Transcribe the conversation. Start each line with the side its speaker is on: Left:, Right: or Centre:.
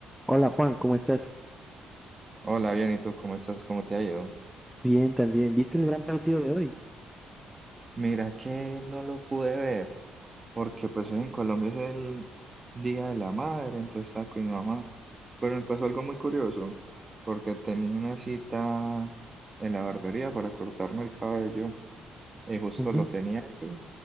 Centre: Hola Juan, ¿cómo estás?
Right: Hola, bien, ¿y tú cómo estás? ¿Cómo te ha ido?
Centre: Bien, también. ¿Viste el gran partido de hoy?
Right: Mira que no lo pude ver, porque pues hoy en Colombia es el Día de la Madre, entonces estaba con mi mamá, pero me pasó algo muy curioso, porque tenía una cita en la barbería para cortarme el cabello y justo
Centre: Ujú.
Right: lo tenía allí,